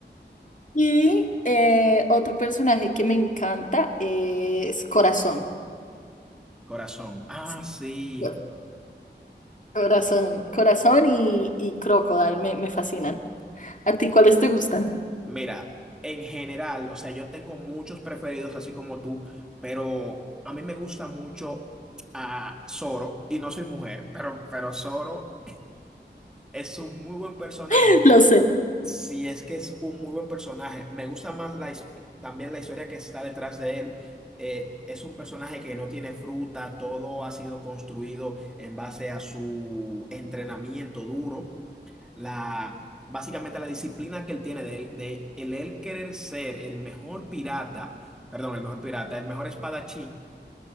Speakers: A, on the left; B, in the centre.
A: Y eh, otro personaje que me encanta es Corazón.
B: Corazón. Ah,
A: Sí,
B: sí.
A: Cor- Corazón, Corazón y, y Crocodile me, me fascinan. ¿A ti cuáles te gustan?
B: Mira, en general, o sea, yo tengo muchos preferidos así como tú, pero a mí me gusta mucho a Zoro y no soy mujer, pero pero Zoro es un muy buen personaje.
A: <laughs> Lo sé.
B: si es que es un muy buen personaje. Me gusta más la, his- también la historia que está detrás de él. Eh, es un personaje que no tiene fruta, todo ha sido construido en base a su entrenamiento duro, la, básicamente la disciplina que él tiene de, él- de el él querer ser el mejor pirata, perdón, el mejor pirata, el mejor espadachín